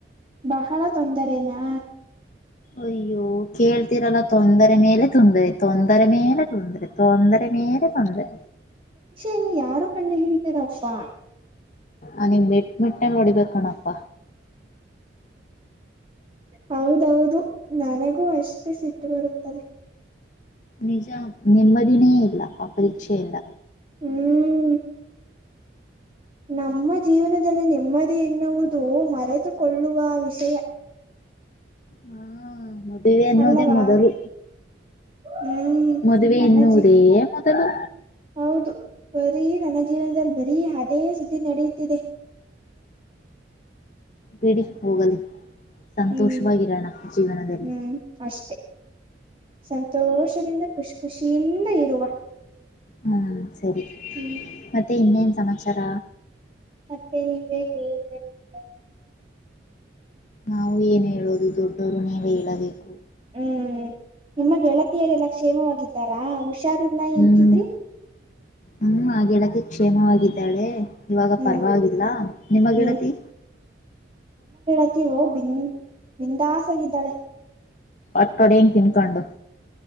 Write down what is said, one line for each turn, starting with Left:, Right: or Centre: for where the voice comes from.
Right: ಬಹಳ ತೊಂದರೇನಾ.
Left: ಅಯ್ಯೋ ಕೇಳ್ತೀರಲ್ಲ ತೊಂದರೆ ಮೇಲೆ ತೊಂದರೆ ತೊಂದರೆ ಮೇಲೆ. ತೊಂದರೆ ತೊಂದರೆ ಮೇಲೆ ತೊಂದರೆ.
Right: ಏನು ಯಾರು ಕಂಡು ಹಿಡಿತಾರೋ ಅಪ್ಪಾ.
Left: ಅ ಮೆಟಮೆಟ್ <unintelligible> ಯಂಗ್ ಹೊಡಿಬೇಕ್ ಕಣಪ್ಪ.
Right: ಹೌದೌದು ನನಗೂ ಅಷ್ಟೇ ಸಿಟ್ಟು ಬರುತ್ತದೆ.
Left: ನಿಜ ನೆಮ್ಮದಿನೇ ಇಲ್ಲ ಅ ಪರೀಕ್ಷೆಯಿಂದ.
Right: ಹ್ಮ್ ನಮ್ಮ ಜೀವನದಲ್ಲಿ ನೆಮ್ಮದಿ ಎನ್ನುವುದು ಮರೆತುಕೊಳ್ಳುವ ವಿಷಯ.
Left: ಹ್ಮ್ಮ ಮತ್ತ. ಮದುವೆ ಅನ್ನುವುದೇ
Right: ಅಲ್ಲವಾ
Left: ಮೊದಲು
Right: ಹ್ಮ್
Left: ಮದುವೆ
Right: ನನ್ನ
Left: ಎನ್ನುವುದೇ
Right: ಜೀ
Left: ಮೊದಲು. ತಗೋ.
Right: ಹೌದು ಬರೀ ನನ್ನ ಜೀವನದಲ್ಲಿ ಬರೀ ಅದೇ ಸುದ್ದಿ ನಡೆಯುತ್ತಿದೆ. <inaudible>
Left: ಬಿಡಿ ಹೋಗಲಿ ಸಂತೋಷವಾಗಿರೋಣ
Right: ಹ್ಮ್
Left: ಜೀವನದಲ್ಲಿ.
Right: ಹ್ಮ್ ಅಷ್ಟೆ ಸಂತೋಷದಿಂದ ಖುಷ್ ಖುಷಿಯಿಂದ ಇರುವ.
Left: ಹ್ಮ್ ಸರಿ
Right: ಹ್ಮ್
Left: ಮತ್ತೆ ಇನ್ನೇನ ಸಮಾಚಾರ.
Right: ಮತ್ತೆ ನೀವೇ ಹೇಳಬೇಕು ಪ.
Left: ನಾವು ಏನ್ ಹೇಳೋದು ದೊಡ್ಡವರು ನೀವೆ ಹೇಳಬೇಕು.
Right: ಹ್ಮ್ ನಿಮ್ಮ ಗೆಳತಿಯರೆಲ್ಲಾ ಕ್ಷೇಮವಾಗಿದ್ದಾರಾ. ಹುಷಾರಿಲ್ಲ
Left: ಹ್ಮ್
Right: ಎಂತಿದ್ರಿ
Left: ಹ್ಮ್ ಆ ಗೆಳತಿ. ಕ್ಷೇಮವಾಗಿದ್ದಾಳೆ ಇವಾಗ
Right: ಹ್ಮ್
Left: ಪರವಾಗಿವಾಗಿಲ್ಲ ನಿಮ
Right: ಹ್ಮ್
Left: ಗೆಳತಿ.
Right: ಓಕೆ ಬಿಂದ ಬಿಂದಸ ಆಗಿದ್ದಾಳೆ.
Left: ಒಟ್ಟೊಡ ತಿನ್ಕಂಡು